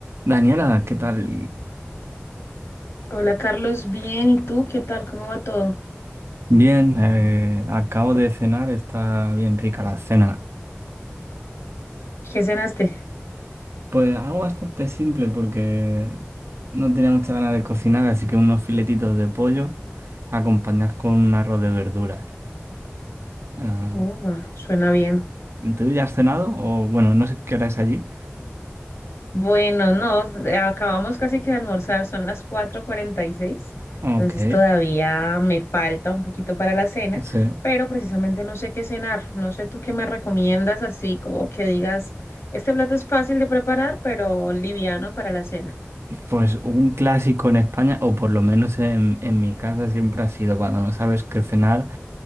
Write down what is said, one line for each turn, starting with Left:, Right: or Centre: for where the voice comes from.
Right: Daniela, ¿qué tal?
Left: Hola Carlos, bien, ¿y tú qué tal? ¿Cómo va todo?
Right: Bien, eh, acabo de cenar, está bien rica la cena.
Left: ¿Qué cenaste?
Right: Pues algo bastante simple porque no tenía muchas ganas de cocinar, así que unos filetitos de pollo acompañados con un arroz de verduras. Ah,
Left: Oh, bueno, suena bien.
Right: ¿tú ya has cenado? O bueno, no sé qué hora es allí.
Left: Bueno, no, acabamos casi que de almorzar, son las cuatro cuarenta y seis,
Right: Ok,
Left: entonces todavía me falta un poquito para la cena,
Right: sí.
Left: pero precisamente no sé qué cenar, no sé tú qué me recomiendas así, como que digas, este plato es fácil de preparar, pero liviano para la cena.
Right: Pues un clásico en España, o por lo menos en, en mi casa siempre ha sido cuando no sabes qué cenar.